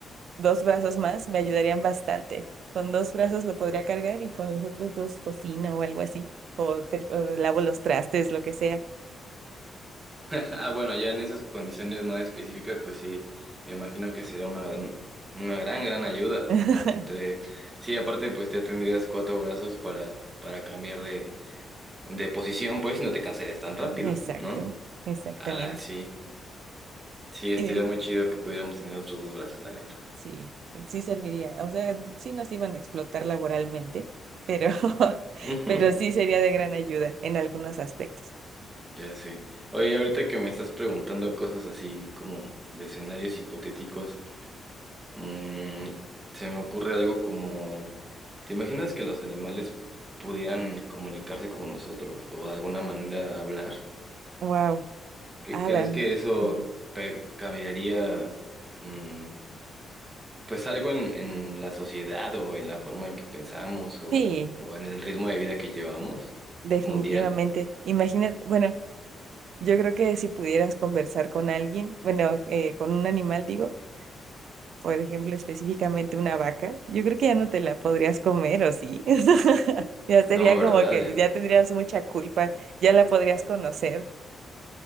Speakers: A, on the right; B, on the right.
A: dos brazos más me ayudarían bastante. Con dos brazos lo podría cargar y con los otros dos cocino o algo así. O, te- o lavo los trastes, lo que sea.
B: Ah, bueno, ya en esas condiciones más específicas, pues sí, me imagino que sería una gran, una gran, gran ayuda.
A: <laughs>
B: Entre, sí, aparte, pues ya tendrías cuatro brazos para, para cambiar de, de posición, pues, y no te cansarías tan rápido,
A: Exacto,
B: ¿no?
A: exactamente.
B: Ala, sí, sí, estaría
A: Eh,
B: muy chido que pudiéramos tener otros dos brazos, la neta.
A: sí, sí serviría. O sea, sí nos iban a explotar laboralmente, pero, <laughs>
B: Ujú,
A: pero sí sería de gran ayuda en algunos aspectos.
B: ya sé. Oye, ahorita que me estás preguntando cosas así como de escenarios hipotéticos. Mm, se me ocurre algo como, ¿te imaginas que los animales pudieran comunicarse con nosotros o de alguna manera hablar?
A: Wow,
B: ¿Qué-
A: ala.
B: ¿Crees que eso
A: Ujú.
B: pe- cambiaría, mm, pues algo en, en la sociedad o en la forma en que pensamos o,
A: Sí,
B: o en el ritmo de vida que llevamos
A: definitivamente.
B: mundial?
A: imagina bueno. Yo creo que si pudieras conversar con alguien, bueno, eh, con un animal, digo, por ejemplo, específicamente una vaca, yo creo que ya no te la podrías comer, ¿o sí? <laughs> Ya sería
B: No, ¿verdad?
A: como que
B: Ya.
A: ya tendrías mucha culpa, ya la podrías conocer.